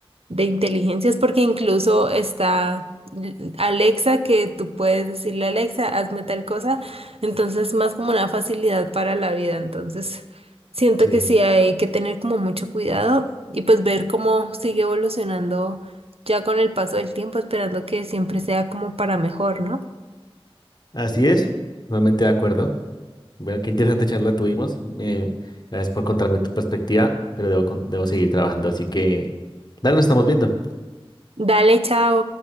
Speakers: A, on the right; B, on the left.
A: de inteligencias, porque incluso está l- Alexa, que tú puedes decirle Alexa, hazme tal cosa, entonces más como una facilidad para la vida, entonces siento
B: Sí.
A: que sí hay que tener como mucho cuidado y pues ver cómo sigue evolucionando ya con el paso del tiempo, esperando que siempre sea como para mejor, ¿no?
B: Así es, realmente de acuerdo. Bueno, qué interesante charla tuvimos. eh, gracias por contarme tu perspectiva, pero debo, con- debo seguir trabajando, así que dale, nos estamos viendo.
A: Dale, chao.